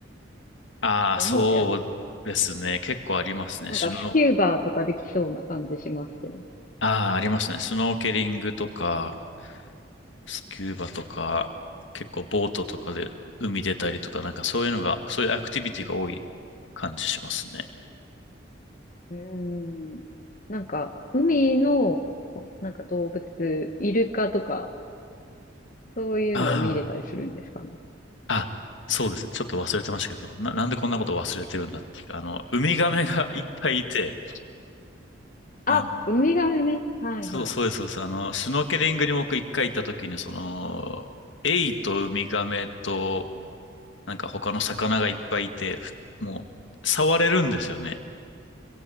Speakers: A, on the left; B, on the left.
A: <laughs> ああ、
B: のもやる、
A: そうですね。結構ありますね。
B: なんかスキューバーとかできそうな感じしますけど。
A: シュノ、ああ、ありますね。スノーケリングとか、スキューバとか、結構ボートとかで海出たりとか、なんかそういうのが、そういうアクティビティが多い感じしますね。
B: うーん。なんか、海の、なんか動物、イルカとか、そういうのは見れたりするんですかね。
A: ああ、あ、そうですね。ちょっと忘れてましたけど、な、なんでこんなこと忘れてるんだっていう。あの、ウミガメが <laughs> いっぱいいて、あの、
B: あ、ウミガメね。はいはい。
A: そう、そうです、そうです。あの、シュノーケリングに僕一回行った時に、その、エイとウミガメと、なんか他の魚がいっぱいいて、ふもう、触れるんですよね。